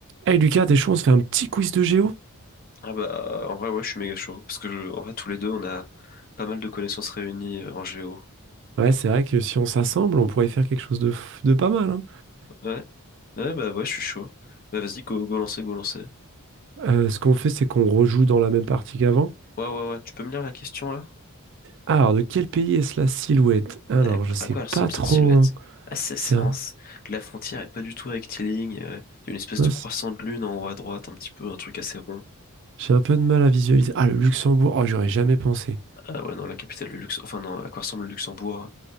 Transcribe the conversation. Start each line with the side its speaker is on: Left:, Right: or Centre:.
Right: Hey Lucas, t'es chaud, on se fait un petit quiz de géo?
Left: Ah bah en vrai ouais je suis méga chaud parce que je- en vrai tous les deux on a pas mal de connaissances réunies euh, en géo.
Right: Ouais, c'est vrai que si on s'assemble, on pourrait faire quelque chose de, f- de pas mal, hein.
Left: Ouais, ouais bah ouais je suis chaud. Bah vas-y go, go lancer go lancer.
Right: Euh, ce qu'on fait, c'est qu'on rejoue dans la même partie qu'avant.
Left: Ouais ouais ouais tu peux me lire la question là?
Right: Alors, de quel pays est-ce la silhouette? Alors,
Left: À
Right: je sais
Left: à quoi elle ressemble
Right: pas trop.
Left: cette silhouette?
Right: hein.
Left: Ah c'est c'est
Right: C'est
Left: vraiment
Right: un...
Left: c- la frontière est pas du tout rectiligne. euh, Il y a une espèce
Right: mince,
Left: de croissant de lune en haut à droite un petit peu un truc assez rond.
Right: J'ai un peu de mal à visualiser. Ah, le Luxembourg. Oh, j'aurais jamais pensé.
Left: Ah ouais non la capitale du Luxembourg enfin non à quoi ressemble le Luxembourg?